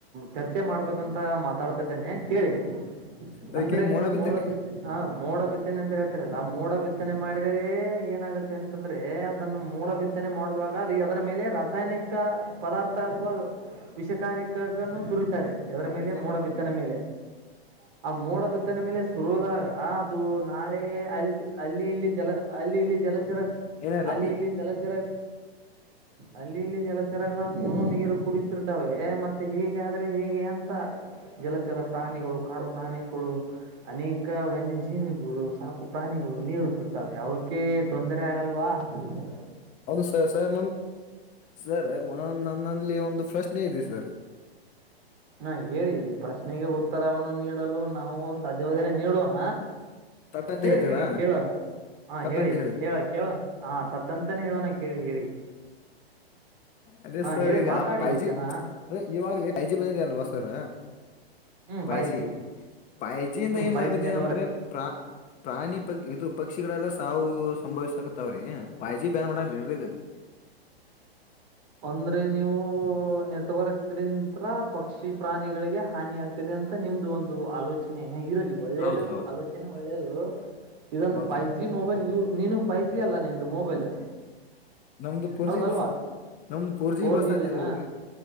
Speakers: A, on the right; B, on the left.
A: ಚರ್ಚೆ ಮಾಡ್ಬೇಕಂತ ಮಾತಾಡ್ತಾ ಇದ್ದೇನೆ ಕೇಳಿ
B: ಅದಕ್ಕೆ
A: ಅಂದ್ರೆ
B: ಮೋಡ
A: ನೀವು
B: ಬಿತ್ತನೆ
A: ಮೋಡಬಿದೆ ಹ ಮೋಡ ಬಿತ್ತನೆ ಅಂತ ಹೇಳ್ತಿರಲ್ಲ ಮೋಡ ಬಿತ್ತನೆ ಮಾಡಿದರೆ ಏನಾಗುತ್ತೆ ಅಂತಂದ್ರೆ ಅದನ್ನು ಮೋಡ ಬಿತ್ತ ಚತನೆ ಮಾಡುವಾಗ ಅದ ಅದರ ಮೇಲೆ ರಾಸಾಯನಿಕ ಪದಾರ್ಥ ಅಥವಾ ವಿಷ ಕಾರಕನು ಸುರಿತಾರೆ ಎದರ ಮೇಲೆ
B: ಅಜಾಮ್ದು
A: ಮೋಡ ಬಿತ್ತನೆ ಮೇಲೆ ಆ ಮೋಡ ಬಿದ್ದನೆ ಮೇಲೆ ಶುರಿದಾಗ ಅದು ನಾಳೆ ಅಲ್ಲಿ ಅಲ್ಲಿ ಇಲ್ಲಿ ಜಲ ಅಲ್ಲಿ ಇಲ್ಲಿ ಜಲಚರ
B: ಏನಿಲ್ಲ
A: ಅಲ್ಲಿ ಇಲ್ಲಿ ಜಲಚ ಅಲ್ಲಿ ಇಲ್ಲಿ ಜಲಚರಗಳನ್ನು ನೀರು ಕುಡತಿರ್ತವೆ ಮತ್ತೆ ಈಗ ಹೀಗೆ ಆದರೆ ಹೇಗೆ ಅಂತ ಜಲಚರ ಪ್ರಾಣಿಗಳು ಕಾಡು ಪ್ರಾಣಿಗಳು ಅನೇಕ ವನ್ಯಜೀವಿಗಳು ಸಾಕು ಪ್ರಾಣಿಗಳು ನೀಡ ಕೊಡ್ತಾವೆ ಅವಕ ತೊಂದರೆ ಆಗಲ್ವಾ ಹಾ
B: ಸ ಸರ್ ಒೊ ಸರ್ ಒಂದೊ ನನ್ನಲ್ಲಿ ಒಂದು ಪ್ರಶ್ನೆ ಇದೆ ಸರ್
A: ಹಾ ಹೇಳಿ ಪ್ರಶ್ನೆಗೆ ಉತ್ತರವನ್ನು ನೀಡಲು ನಾವು ಸಾಧ್ಯವಾದರೆ ನೀಡೋಣ
B: ತಟ್ ಅಂತ
A: ಹೇಳೇರಿ
B: ಹೇಳ್ತೀರಾ
A: ಹೇಳಏನ ಕೇಳೋಣ ಹ
B: ತಟ್
A: ಹೇಳಿ
B: ಅಂತ
A: ಹೇಳ ಕೇಳೋಣ ಹ ತತ್ತಂತಾನೇ ಹೇಳೋಣ ಕೇಳಿ ಹೇಳಿ
B: ಅದೇ
A: ಹಾ
B: ಸರ್
A: ಹೇಳಿ
B: ಈಗ
A: ಮಾತಾಡಿ
B: ಪೈಜಿ
A: ಜನ
B: ಇವಾಗ್ಲ ಪೈಜಿ ಬಂದಿದೆ ಅಲ್ವಾ ಸರ್
A: ಹ್ಮ್
B: ಪೈಜಿ
A: ಫೈ ಜಿ
B: ಪಾಯಜಿಯಿಂದ
A: ಹ್ಮ್
B: ಏನ್
A: ಫೈ
B: ಲಾಭ
A: ಜಿ
B: ಇದೆ
A: ನೆಟ್ವರ್ಕ್
B: ಅಂದ್ರೆ ಪ್ರಾ ಪ್ರಾಣಿ ಪ ಇದು ಪಕ್ಷಿಗಳೆಲ್ಲಾ ಸಾವು ಸಂಭವಿಸಕತ್ತಾವ್ರಿ ಬಾಯ್ಜಿ ಬ್ಯಾನ್ ಮಾಡಂಗಡ್ರಿಗ
A: ಅಂದ್ರೆ ನೀವು ನೆಟ್ವರ್ಕ್ ದಿಂದ ಹತ್ರ ಪಕ್ಷಿ ಪ್ರಾಣಿಗಳಿಗೆ ಹಾನಿ ಆಗ್ತದೆ ಅಂತ ನಿಮ್ದು ಒಂದು ಆಲೋಚನೆ ಹ ಇರಲಿ ಒಳ್ಳೇದು
B: ಹೌದು ಹೌದು
A: ಆಲೋಚನೆ ಒಳ್ಳೇದು ಇದನ್ನು
B: ಹೌದ್ರಿ
A: ಫೈವ್ ಜಿ ಮೊಬೈಲ್ ಯ ನೀನು ಫೈವ ಜಿ ಅಲ್ಲ ನಿದು ಮೊಬೈಲ್
B: ನಮ್ದು ಪೋರ್ಜಿ
A: ಹೌದಲ್ವಾ
B: ಸರ್ ನಮ್ದು ಪುರ್ಜಿ
A: ಫೋರ್
B: ಬಸ್
A: ಜಿ
B: ಆತದ
A: ಇದೆನಾ
B: ಇವ್ರೀ